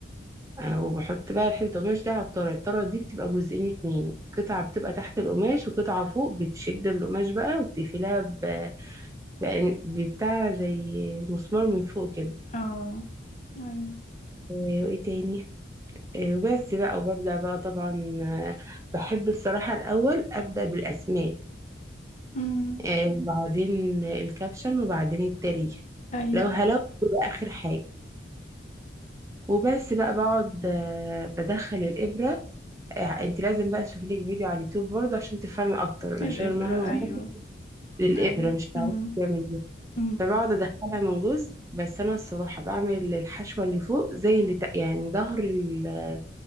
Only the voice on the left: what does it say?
اه ايوه
امم
ايوه
الابره
ايوه
ايوه
امم
امم